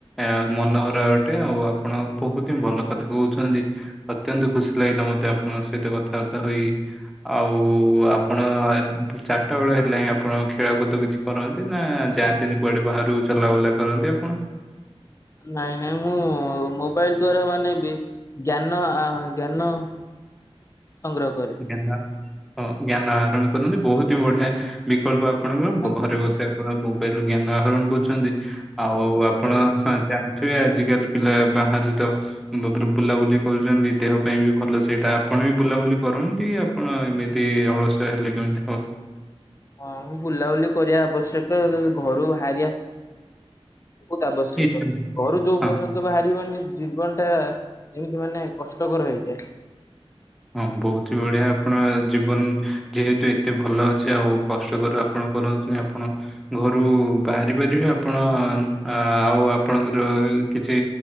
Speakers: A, in the centre; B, on the left (about 30°).
A: ଆ ମନହରା ଅଟେ ଆଉ ଆପଣ ବହୁତ ହିଁ ଭଲ କଥା କହୁଛନ୍ତି। ଅତ୍ୟନ୍ତ ଖୁସି ଲାଗିଲା ମତେ ଆପଣଙ୍କ ସହିତ କଥାବାର୍ତ୍ତା ହୋଇ। ଆଉ ଆପଣ ଚା ରଟା ବେଳ ହେଲା ହିଁ ଆପଣ ଖେଳକୁଦ କିଛି କରନ୍ତି? ନା ଯାଆନ୍ତିନି କୁଆଡ଼େ ବାହାରୁକୁ ଚଲାବୁଲା କରନ୍ତି ଆପଣ?
B: ନାଇଁ ନାଇଁ ମୁଁ ମୋବାଇଲଦ୍ଵାରା ମାନେ ବି ଜ୍ଞାନ ଆ ଜ୍ଞାନ ସଂଗ୍ରହ କରେ।
A: ଆଜ୍ଞା ଜ୍ଞାନ ଆହରଣ କରନ୍ତି ବହୁତ ହି ବଢିଆ ବିକଳ୍ପ ଆପଣଙ୍କର
B: ଆଜ୍ଞା
A: ଘରେ ବସି ଆପଣ ମୋବାଇଲ ଜ୍ଞାନ ଆହରଣ କରୁଛନ୍ତି ଆଉ ଆପଣ
B: ଆଜ୍ଞା।
A: ହା ଯାନ୍ ଣିଥିବେ ଆଜିକାଲି ପିଲା ବାହାରି ତ ବୁ ବ୍ରୁ ବୁଲାବୁଲି କରୁଛନ୍ତି ଦେହ ପାଇଁ ବି ଭଲ ସେଇଟା ଆପଣ ବି ବୁଲାବୁଲି କରନ୍ତି ଆପଣ ଏମିତି ଅଳସୁଆ ହେଲେ କେମିତି ହବ।
B: ହଁ ମୁଁ ବୁଲାବୁଲି କରିବା ଆବଶ୍ୟକ ଘରୁ ବାହାରିବା ବହୁତ ଆବଶ୍ୟକ।
A: ଇଚ୍ଛା
B: ଘରୁ ଯୋଉ ପର୍ଯ୍ୟନ୍ତ
A: ହଁ
B: ବାହାରିବନି ଜୀବନ ଟା ଏମିତି ମାନେ କଷ୍ଟକର ହେଇଯାଏ।
A: ହଁ ବହୁତ ହି ବଢିଆ ଆପଣ ଜୀବନ ଯେହେତୁ ଏତେ ଭଲ ଅଛି ଆଉ କଷ୍ଟକର ଆପଣ କରନ୍ତୁନି ଆପଣ ଘରୁ ବାହାରି ପାରିବେ ଆପଣ ଆଉ ଆପଣଙ୍କର କିଛି